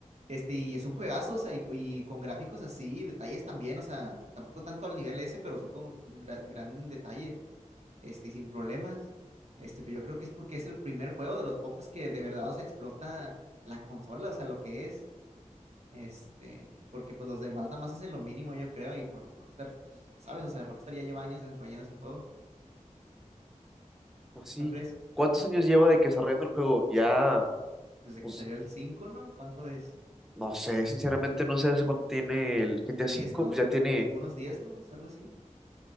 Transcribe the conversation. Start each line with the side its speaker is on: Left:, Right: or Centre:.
Right: este, y es un juegazo, o sea, y, y con gráficos así, detalles también, o sea, tampoco tanto al nivel ese, pero sí con un gra- gran detalles. este, y sin problemas. Este, pero yo creo que es porque es el primer juego de los pocos que de verdad os explota la consola, o sea, lo que es, este, porque pues los demás nada más hacen lo mínimo, yo creo, y por Rockstar, pues ya sabes, o sea, Rockstar ya lleva años desarrollando ese juego,
Centre: Pues sí,
Right: ¿no crees?
Centre: ¿cuántos años lleva de que desarrollando el juego? Ya,
Right: Desde
Centre: pues
Right: que salió el cinco ¿no? ¿Cuánto es?
Centre: no sé, sinceramente no sé hace cuánto tiene el GTA
Right: diez
Centre: cinco
Right: no?
Centre: pues ya tiene
Right: Die- unos diez ¿no? Algo así.